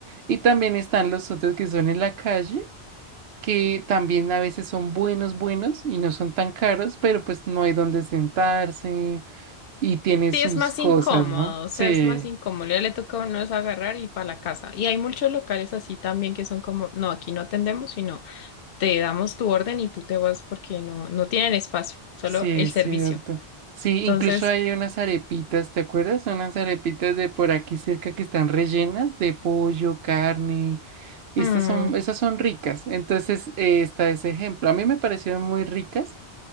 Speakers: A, on the right; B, on the left.
A: Y también están los otros que son en la calle, que también a veces son buenos, buenos y no son tan caros, pero pues no hay donde sentarse y tiene
B: Sí,
A: sus
B: es más
A: cosas,
B: incómodo,
A: ¿no?
B: o
A: Sí.
B: sea, es más incómodo. Ya le toca a uno es agarrar y para la casa. Y hay muchos locales así también que son como, no, aquí no atendemos, sino te damos tu orden y tú te vas porque no, no tienen espacio, solo
A: Sí, es
B: el servicio.
A: cierto. Sí, incluso
B: Entonces,
A: hay unas arepitas, ¿te acuerdas? Unas arepitas de por aquí cerca que están rellenas de pollo, carne. Estas
B: hmm,
A: son, esas son ricas. Entonces, eh, está ese ejemplo. A mí me parecieron muy ricas,